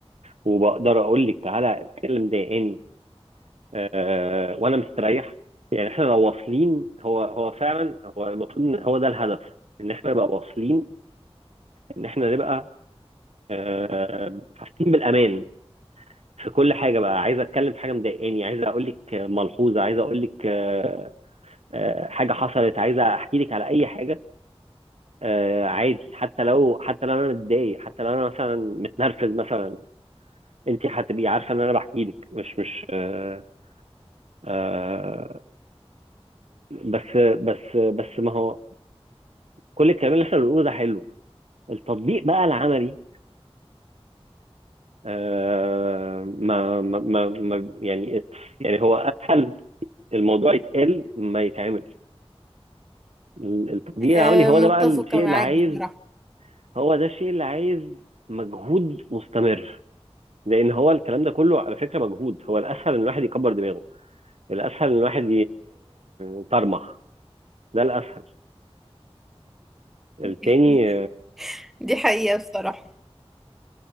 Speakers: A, on the right; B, in the centre.
A: وبقدر اقول لك تعالى اتكلم ضايقاني آه، وانا مستريح يعني احنا لو واصلين هو هو فعلا هو المفروض ان هو ده الهدف ان احنا نبقى واصلين ان احنا نبقى آه، حاسين بالامان في كل حاجه بقى عايز اتكلم في حاجه مضايقاني عايز اقول لك ملحوظه عايز اقول لك آه، آه، حاجه حصلت عايز احكي لك على اي حاجه آه، عادي حتى لو حتى لو انا متضايق حتى لو انا مثلا متنرفز مثلا انت هتبقي عارفه ان انا بحكي لك مش مش آه، آه، بس بس بس ما هو كل الكلام اللي احنا بنقوله ده حلو التطبيق بقى العملي آه، ما ما ما ما- يعني يعني هو اسهل الموضوع يتقال ما يتعمل ال- التطبيق
B: أه
A: العملي هو
B: متفقة
A: ده بقى الشيء
B: معاك
A: اللي عايز
B: بصراحة
A: هو ده الشيء اللي عايز مجهود مستمر لان هو الكلام ده كله على فكره مجهود هو الاسهل ان الواحد يكبر دماغه الاسهل ان الواحد يطرمخ ده الاسهل التاني
B: <laughs> دي حقيقة بصراحة